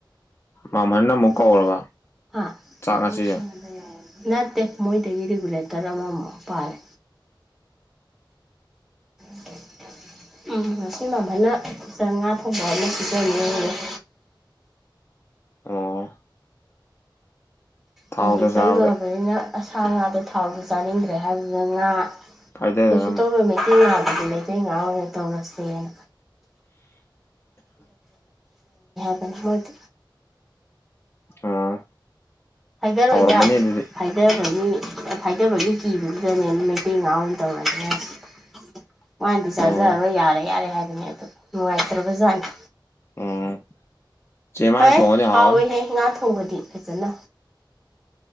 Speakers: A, on the left (about 30°); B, in the centre.
A: ꯃꯥꯝꯍꯟꯅ ꯑꯃꯨꯛ ꯀꯧꯔꯕ
B: <unintelligible> ꯍꯥ
A: ꯆꯥꯛ ꯉꯁꯤ
B: <unintelligible> ꯅꯠꯇꯦ ꯃꯣꯏꯗꯒꯤ ꯔꯤꯒꯨꯂꯦꯇꯔ ꯑꯃꯃꯨꯛ ꯄꯥꯜꯂꯦ <inaudible> ꯎꯝ ꯉꯁꯤ ꯃꯥꯝꯍꯟꯅ ꯏꯆꯥ ꯉꯥ ꯊꯣꯡꯕ ꯑꯃ ꯁꯤꯖꯅꯤꯌꯦ <inaudible>
A: ꯑꯣ ꯊꯥꯎꯗ
B: ꯍꯌꯦꯡ ꯆꯪꯗꯣꯔꯕꯅꯤꯅ
A: ꯆꯥꯕꯗ
B: ꯑꯁ ꯁꯥ ꯉꯥꯗꯣ ꯊꯥꯎꯗꯣ ꯆꯥꯅꯤꯡꯗ꯭ꯔꯦ ꯍꯥꯏꯕꯗꯨꯗ ꯉꯥ
A: ꯐꯥꯏꯗꯗꯅ
B: ꯀꯩꯁꯨ
A: ꯑꯃꯨꯛ
B: ꯇꯧꯔꯣꯏ ꯃꯩꯇꯩ ꯉꯥ ꯃꯩꯇꯩ ꯉꯥ ꯑꯣꯏꯅ ꯇꯧꯔꯁꯦꯅ <unintelligible> ꯍꯥꯏ <unintelligible>
A: ꯑꯣ
B: ꯐꯥꯏꯗꯔꯣꯏꯗ
A: ꯍꯥꯎꯔꯝꯃꯅꯤ ꯑꯗꯨꯗꯤ
B: ꯐꯥꯏꯗꯕꯒꯤ ꯐꯥꯏꯗꯕꯒꯤ ꯀꯤꯕꯗꯨꯗꯅꯦ ꯃꯩꯇꯩ ꯉꯥ ꯑꯣꯏꯅ ꯇꯧꯔꯅꯤ ꯍꯥꯏꯁꯦ ꯃꯥꯅꯗꯤ ꯆꯥꯖꯔꯔꯣꯏ
A: ꯑꯣ
B: ꯌꯥꯔꯦ ꯌꯥꯔꯦ ꯍꯥꯏꯕꯅꯦ ꯑꯗꯨ ꯅꯨꯡꯉꯥꯏꯇ꯭ꯔꯕꯖꯥꯠꯅꯤ
A: ꯎꯝ ꯆꯦ ꯃꯥꯅ
B: ꯍꯣꯏ
A: ꯊꯣꯡꯉꯗꯤ ꯍꯥꯎꯔꯅꯤ
B: ꯍꯥꯎꯋꯤꯍꯦ ꯉꯥ ꯊꯣꯡꯕꯗꯤ ꯐꯖꯅ